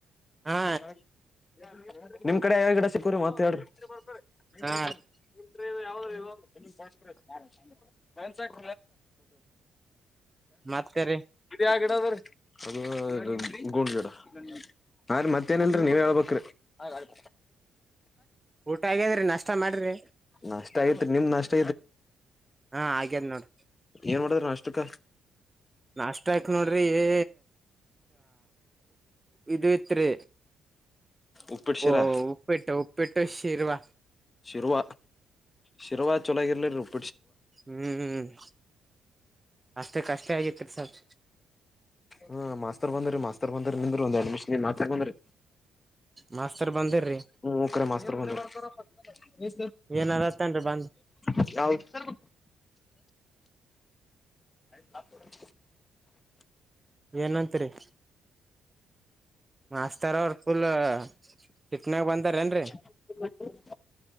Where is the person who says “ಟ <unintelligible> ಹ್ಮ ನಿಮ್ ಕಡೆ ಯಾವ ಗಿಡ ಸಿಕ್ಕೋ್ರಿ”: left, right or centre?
Left